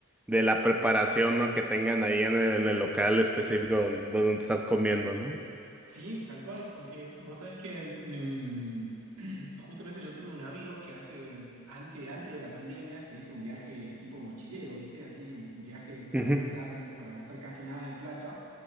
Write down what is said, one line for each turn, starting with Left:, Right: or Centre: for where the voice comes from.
Centre: la preparación, ¿no? Que tengan ahí en el, en el local específico don- donde, estás comiendo, ¿no?
Right: Sí, tal cual, porque vos sabés que em, <clears throat> justamente yo tuve un amigo que hace, antes, antes de la pandemia, se hizo un viaje tipo mochilero, ¿viste? Así, un viaje
Centre: Ujú,
Right: para gastar, para gastar casi nada de plata.